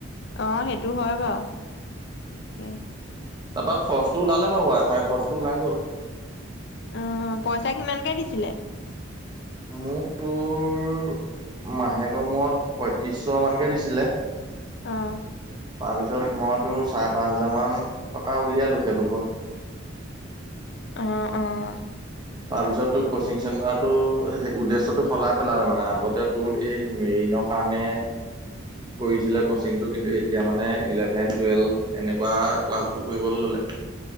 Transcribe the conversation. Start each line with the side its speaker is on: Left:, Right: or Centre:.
Left: অ সেইটো হয় বাৰু, তে
Right: তাৰপা খৰচটো ওলালে বাৰু ৱাই ফাইৰ খৰচটো ওলাই গল।
Left: অ, পইচা কিমানকে দিছিলে?
Right: মোক তোৰ মাহেকৰ মূৰত পয়ত্ৰিশশ মানকে দিছিলে।
Left: অঁহ।
Right: তাৰ পিছত মই তোৰ চাৰে পাঁচ হাজাৰ মান টকা উলিয়ালো সেইটোপৰা।
Left: অ অ। অ',
Right: তাৰপিছত তোক ক'চিং চেণ্টাৰটো সেই উদ্দেশ্যটো সলাই পেলাল মানে আগতে তোৰ এই মেৰিনৰ কাৰণে
Left: <inaudible>
Right: কৰিছিলে কচিংটো কিন্তু এতিয়া মানে ইলেভেন, টুৱেল্ভ এনেকুৱা ক্লাছবোৰ কৰিবলৈ ল'লে।